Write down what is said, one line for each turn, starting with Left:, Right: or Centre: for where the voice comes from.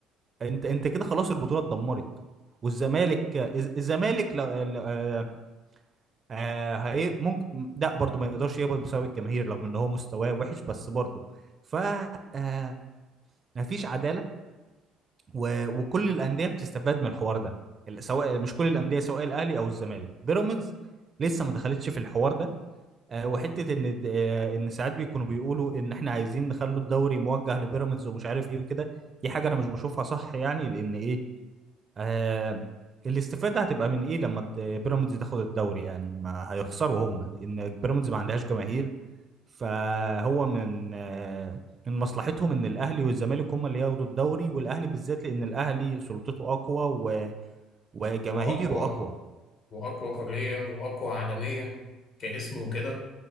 Right: انت انت كده خلاص البطوله اتدمرت والزمالك الز- الزمالك لا- لا- آه، آه، هي- ممكن لا برضه ما يقدرش يهبط بسبب الجماهير رغم ان هو مستواه وحش بس برضه ف آه، مفيش عداله و... وكل الانديه بتستفاد من الحوار ده ال- سواء مش كل الانديه سواء الاهلي او الزمالك بيراميدز لسه ما دخلتش في الحوار ده آه، وحته ان د- آه، ان ساعات بيكونوا بيقولوا ان احنا عايزين نخلوا الدوري موجه لبيراميدز ومش عارف ايه وكده دي حاجه انا مش بشوفها صح يعني لان ايه آه الاستفاده هتبقى من ايه لما د- بيراميدز تاخد الدوري يعني ما هيخسروا هم لان بيراميدز ما عندهاش جماهير فهو من آه، من مصلحتهم ان الاهلي والزمالك هم اللي ياخدوا الدوري والاهلي بالذات لان الاهلي سلطته اقوى و- وجماهيره
Left: هو أقوى
Right: اقوى
Left: واقوى قاريا واقوى عالميا كاسم وكده